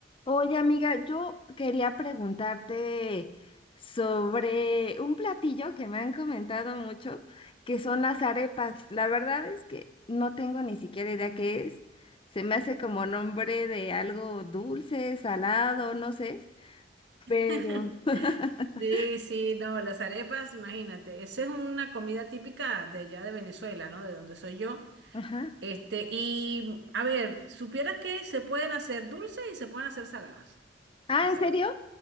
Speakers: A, on the left (about 30°); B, on the right (about 65°).
A: Oye, amiga, yo quería preguntarte sobre un platillo que me han comentado mucho, que son las arepas. La verdad es que no tengo ni siquiera idea qué es. Se me hace como nombre de algo dulce, salado, no sé, pero...
B: <laughs>
A: <laughs>
B: Sí, sí, no, las arepas, imagínate, esa es una comida típica de allá de Venezuela, ¿no? De donde soy yo.
A: Ajá.
B: Este, y a ver, supieras que se pueden hacer dulces y se pueden hacer saladas,
A: Ah,
B: las
A: ¿en serio?
B: arepas.